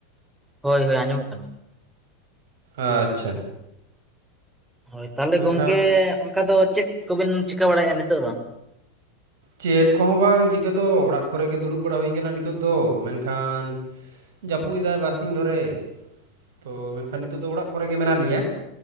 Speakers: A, in the centre; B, on the right.
A: ᱦᱳᱭ ᱦᱳᱭ ᱟᱸᱡᱚᱢᱚᱜ ᱠᱟᱱᱟ
B: ᱟᱪᱪᱷᱟ
A: ᱦᱳᱭ ᱛᱟᱦᱚᱞᱮ
B: ᱢᱮᱱᱠᱷᱟᱱ
A: ᱜᱚᱝᱠᱮ ᱚᱱᱠᱟ ᱫᱚ ᱪᱮᱫ ᱠᱚ ᱵᱮᱱ ᱪᱤᱠᱟᱹ ᱵᱟᱲᱟᱭᱮᱫᱼᱟ ᱱᱤᱛᱚᱜ ᱫᱚᱼᱼ
B: ᱪᱮᱫ ᱠᱚ ᱦᱚᱸ ᱵᱟᱝ ᱪᱤᱠᱟᱹ ᱫᱚ ᱚᱲᱟᱜ ᱠᱚ ᱨᱮ ᱜᱮ ᱫᱩᱲᱩᱵ ᱵᱟᱲᱟ ᱦᱩᱭ ᱠᱟᱱᱟ ᱱᱤᱛᱚᱜ ᱫᱚ ᱢᱮᱱ ᱠᱷᱟᱱᱼᱼ ᱡᱟᱹᱯᱩᱫ ᱮᱫᱟᱭ ᱵᱟᱨᱥᱤᱧ ᱫᱷᱚᱨᱮ ᱛᱚ ᱢᱮᱱ ᱠᱷᱟᱱ ᱱᱤᱛᱳᱜ ᱫᱚ ᱚᱲᱟᱜᱼᱼ ᱠᱚ ᱨᱮ ᱜᱮ ᱢᱮᱱᱟᱜ ᱞᱤᱧᱟ